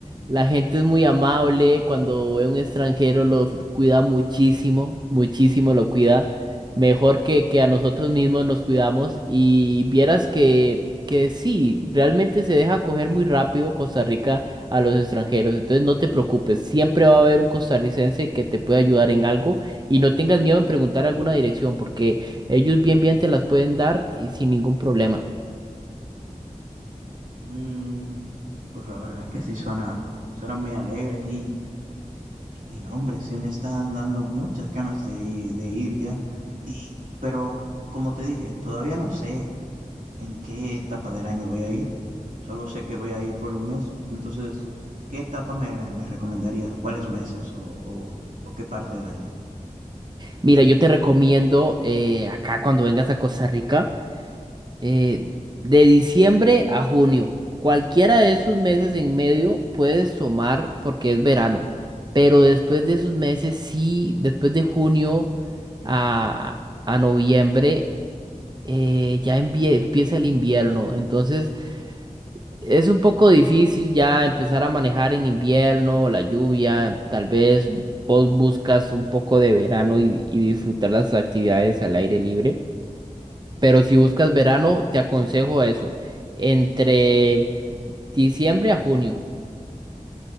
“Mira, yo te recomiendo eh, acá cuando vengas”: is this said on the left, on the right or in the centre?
Right